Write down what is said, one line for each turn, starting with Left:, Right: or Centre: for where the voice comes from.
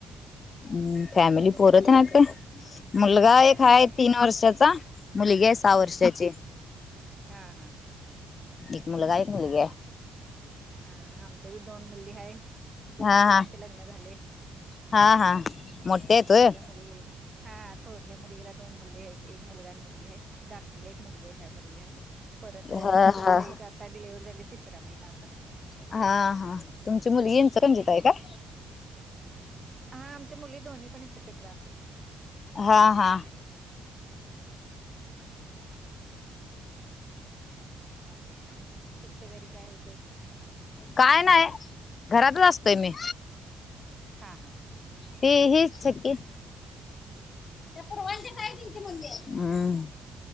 Left: हम्म फॅमिली
Right: मुले काय
Left: पोरंते
Right: करतात
Left: हाय काय.? मुलगा
Right: काय
Left: एक
Right: ती
Left: हा तीन वर्षाचा, मुलगी आहे
Right: हम्म
Left: सहा वर्षाची.
Right: हा हा.
Left: एक मुलगा एक मुलगी हाय.
Right: हा आम ते दोन मुली आहे, दोनही
Left: हा
Right: मुलींचे
Left: हा.
Right: लग्नं झाले..
Left: हा हा मोठे आहेत
Right: थोरले
Left: होय.
Right: मुली हा थोरले मुलगीला दोन मुलग आहेत एक मुलगा आणि मुलगी हाय,, धाकटीला एक मुलगी हाय मुलगी हाय. परत
Left: हा
Right: सूनबाईचं
Left: हा.
Right: आता डिलेवरी झाल्या तिसऱ्या महिन्या
Left: हा हा, तुमची मुली ईंनचकंजीत
Right: हम्म
Left: हाय काय?
Right: हा आमच्या मुली दोन्ही पण इचलकरंजीला असतात.
Left: हा हा
Right: बाकी काय,, तुमच्या घरी काय उद्योग?
Left: काय नाही, घरातच आसतोय मी.
Right: हा हा हा.
Left: ते हे छकी पूर्वाचे हम्म.